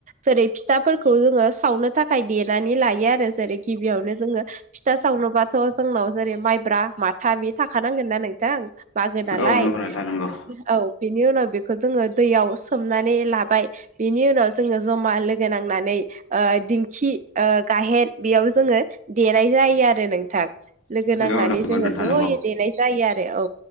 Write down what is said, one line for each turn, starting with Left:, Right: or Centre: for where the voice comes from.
Right: जेरै फिथाफोरखौ जोङो सावनो थाखाय देनानै लायो आरो जेरै गिबियावनो जोङो फिथा सावनोबाथ' जोंनाव जेरै माइब्रा, माथा बे थाखानांगोन ना नोंथां। मागो नालाय
Left: औ नंगौ नोंथां नंगौ
Right: औ बिनि उनाव बेखौ जोङो दैयाव सोमनानै लाबाय बिनि उनाव जोङो जमा लोगो नांनानै ओ दिंखि ओ गाहेन बेयाव जोङो देनाय जायो आरो नोंथां। लोगो
Left: औ
Right: नांनानै
Left: नंगौ नोंथां
Right: जोङो
Left: नंगौ
Right: ज'यै देनाय जायो आरो औ